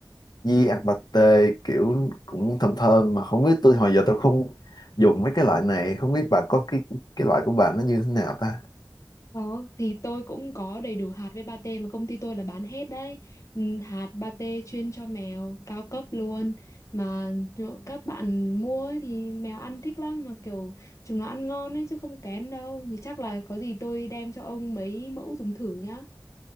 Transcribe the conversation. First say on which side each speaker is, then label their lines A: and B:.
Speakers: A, on the left; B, on the left.
A: với ăn pate kiểu cũng thơm thơm mà không biết tôi hồi giờ tôi không dùng mấy cái loại này không biết bà có cái cái loại của bà nó như thế nào ta
B: Đó, thì tôi cũng có đầy đủ hạt với pate mà công ty tôi là bán hết đấy Ừ, Hạt pate chuyên cho mèo cao cấp luôn Mà nhỡ các bạn mua ấy, thì mèo ăn thích lắm Mà kiểu chúng nó ăn ngon ấy chứ không kén đâu Thì chắc là có gì tôi đem cho ông mấy mẫu dùng thử nhá